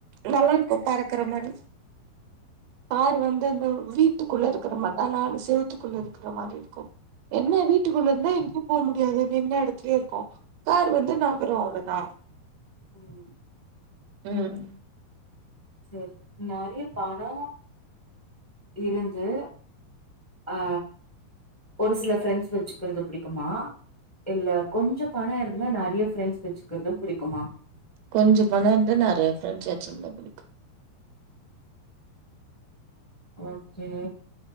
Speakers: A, on the right; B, in the centre.
A: நல்லா இருக்கு பறக்குற மாரி காரு வந்து அந்த வீட்டுக்குள்ள இருக்கிற மாரிதா நாலு செவத்துக்குள்ள இருக்கிற மாரி இருக்கு என்ன வீட்டுக்குள்ளருந்தா எங்கேயு ப முடியாது நின்ன எடத்துலயே இருக்கு கார் வந்து நகரு அவ்ளோதா
B: ம்
A: ம்
B: சேரி நெறைய பணோ இருந்து அ ஒரு சில ஃப்ரெண்ட்ஸ் வெச்சுக்கிறது புடிக்குமா இல்ல கொஞ்ச பண இருந்து நெறைய ஃப்ரெண்ட்ஸ் வெச்சுக்கிறது புடிக்குமா
A: கொஞ்ச பண இருந்து நெறைய ஃப்ரெண்ட்ஸ் வெச்சிருந்தா புடிக்கு
B: ஓகே